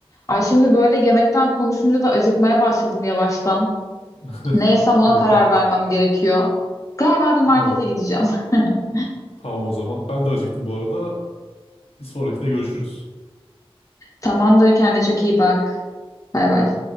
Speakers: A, on the left; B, on the left.
A: Ay şimdi böyle yemekten konuşunca da acıkmaya başladım yavaştan.
B: <laughs>
A: Ne yesem ona
B: Evet
A: karar
B: ben.
A: vermem gerekiyor. Galiba bir markete
B: Evet.
A: gideceğim. <laughs>
B: Tamam o zaman. Ben de acıktım bu arada. Bir sonrakine görüşürüz.
A: Tamamdır kendine çok iyi bak. Bay bay.